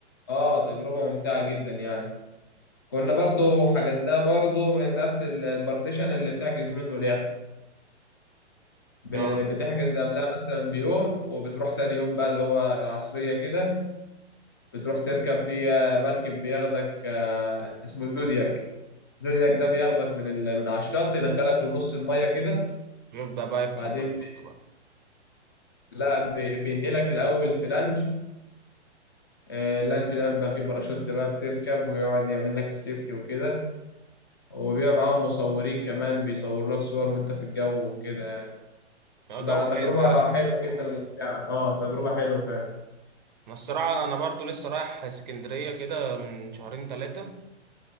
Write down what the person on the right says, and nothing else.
اه
يبدأ بقى يفتح
الباراشوت
بقى
اه
جو حلو
يعني
ما الصراحة أنا برضو لسه رايح اسكندرية كده من شهرين تلاتة